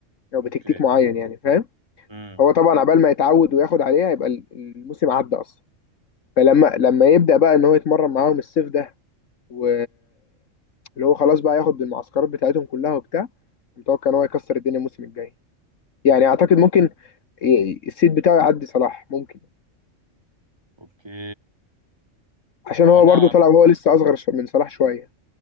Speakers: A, on the left; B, on the right.
A: او
B: اوكي
A: بتكتيك معين يعني فاهم
B: امم
A: هو طبعا عبال ما يتعود وياخد عليها يبقى ال- الموسم عدى اصلا فلما لما يبدا بقى ان هو يتمرن معاهم الصيف ده و اللي هو خلاص بقى ياخد المعسكرات بتاعتهم كلها وبتاع متوقع ان هو يكسر الدنيا الموسم الجاي يعني اعتقد ممكن ي- السيد بتاعه يعدي صلاح ممكن
B: اوكي
A: عشان
B: هو
A: هو
B: انا
A: برضو
B: عامة
A: طلع وهو لسه اصغر شو- من صلاح شويه